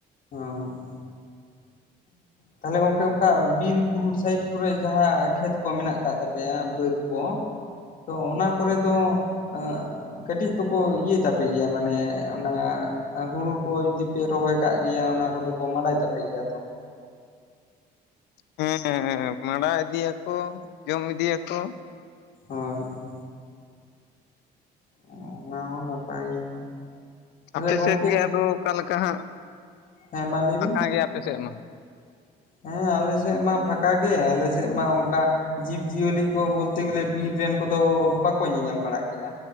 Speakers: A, on the left; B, on the left.
A: ᱚᱸ ᱛᱟᱦᱚᱞᱮ ᱜᱚᱝᱠᱮ ᱚᱱᱠᱟ ᱵᱤᱨ-ᱵᱩᱨᱩ ᱥᱟᱭᱤᱴ ᱠᱚᱨᱮ ᱡᱟᱦᱟᱸ ᱠᱷᱮᱛ ᱠᱚ ᱢᱮᱱᱟᱜ ᱠᱟᱜ ᱛᱟᱯᱮᱭᱟ ᱵᱟᱹᱫᱽ ᱠᱚ ᱛᱚ ᱚᱱᱟ ᱠᱚᱨᱮ ᱫᱚ ᱟᱸᱜ ᱠᱟᱹᱴᱤᱡ ᱛᱚᱠᱚ ᱤᱭᱟᱹᱭ ᱛᱟᱯᱮ ᱜᱮᱭᱟ ᱢᱟᱱᱮ ᱚᱱᱟ ᱦᱩᱲᱩ ᱠᱚ ᱡᱩᱫᱤ ᱯᱮ ᱨᱚᱦᱚᱭ ᱠᱟᱜ ᱜᱮᱭᱟ ᱚᱱᱟ ᱠᱚᱫᱚ ᱠᱚ ᱢᱟᱸᱰᱟᱭ ᱛᱟᱯᱮ ᱜᱮᱭᱟ ᱛᱚ᱾
B: ᱦᱮᱸ ᱦᱮᱸ ᱢᱟᱸᱰᱟ ᱤᱫᱤᱭᱟᱠᱚ, ᱡᱚᱢ ᱤᱫᱤᱭᱟᱠᱚ᱾
A: ᱦᱳᱭ ᱚᱸ ᱚᱱᱟ ᱦᱚᱸ ᱱᱟᱯᱟᱭ ᱜᱮ ᱠᱟᱱᱟ᱾ ᱛᱟᱦᱚᱞᱮ
B: ᱟᱯᱮ
A: ᱜᱚᱝᱠᱮ
B: ᱥᱮᱫ ᱜᱮ ᱟᱫᱚ ᱚᱠᱟᱞᱮᱠᱟ ᱦᱟᱸᱜ?
A: ᱦᱮᱸ ᱢᱟ ᱞᱟᱹᱭ ᱵᱤᱱ
B: ᱟᱸᱠᱟ ᱜᱮᱭᱟ ᱟᱯᱮ ᱥᱮᱫ ᱢᱟ᱾
A: ᱦᱮᱸ ᱟᱞᱮ ᱥᱮᱫ ᱢᱟ ᱯᱷᱟᱠᱟ ᱜᱮ ᱟᱞᱮ ᱥᱮᱫ ᱢᱟ ᱚᱱᱠᱟ ᱡᱤᱵᱽ ᱡᱤᱭᱟᱹᱞᱤ ᱠᱚ ᱵᱚᱞᱛᱮ ᱜᱮᱞᱮ ᱵᱤᱨ ᱨᱮᱱ ᱠᱚᱫᱚ ᱵᱟᱠᱚ ᱧᱮᱧᱟᱢ ᱵᱟᱲᱟᱜ ᱜᱮᱭᱟ᱾